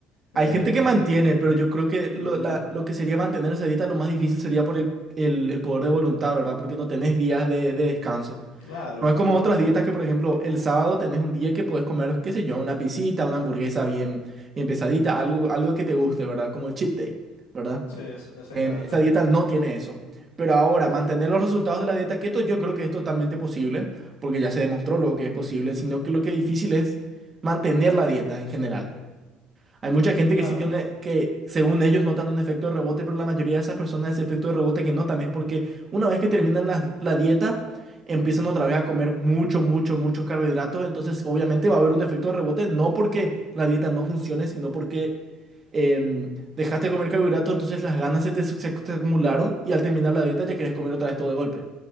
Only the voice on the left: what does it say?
Eh,
yo-
Ujú.
Claro,
claro.
Sí, es- exactamente.
Ujú.
Claro,
ujú.